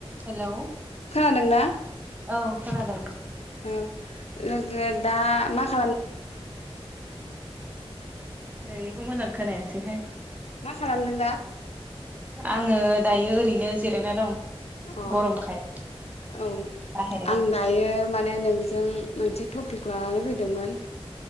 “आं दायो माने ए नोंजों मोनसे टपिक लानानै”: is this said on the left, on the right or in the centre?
Left